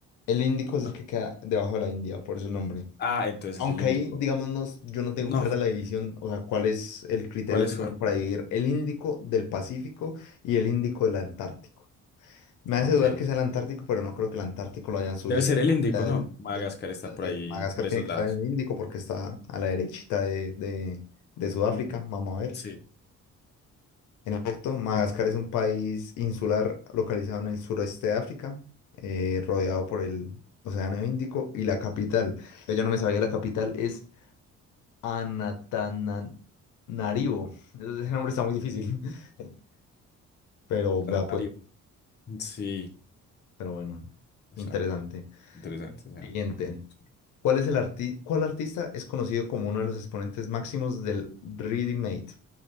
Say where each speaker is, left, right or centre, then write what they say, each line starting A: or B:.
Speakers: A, on the left; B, on the left.
A: El Índico es
B: No.
A: el que queda debajo de la India, por eso el nombre.
B: Ah, entonces
A: Aunque
B: es el Índico.
A: ahí, digamos, no s- yo no
B: No,
A: tengo clara la división, o sea, cuál es el criterio
B: ¿cuál es
A: que usaron
B: cuál
A: para dividir el Índico del Pacífico y el Índico del Antártico. Me hace
B: Ok.
A: dudar que sea el Antártico, pero no creo que el Antártico lo hayan subido
B: Debe ser
A: hasta
B: el
A: más
B: Índico,
A: allá
B: ¿no?
A: del-
B: Madagascar
A: del-
B: está
A: de la
B: por
A: Tierra.
B: ahí,
A: Madagascar
B: por
A: tiene
B: esos
A: que
B: lados.
A: estar en el Índico porque está a la derechita de, de- de Sudáfrica.
B: Ujú.
A: Vamos a ver.
B: Sí.
A: En efecto, Madagascar
B: <laughs> Ok.
A: es un país insular localizado en el suroeste de África, eh, rodeado por el Océano Índico y la capital. Yo ya no me sabía, la capital es Anatananarivo. Ese nombre está muy difícil. <laughs> Pero
B: Canario.
A: vea pues,
B: Sí,
A: pero bueno,
B: o
A: interesante.
B: sea, interesante. o sea,
A: Siguiente.
B: sí.
A: ¿Cuál es el arti- cuál artista es conocido como uno de los exponentes máximos del ready-made?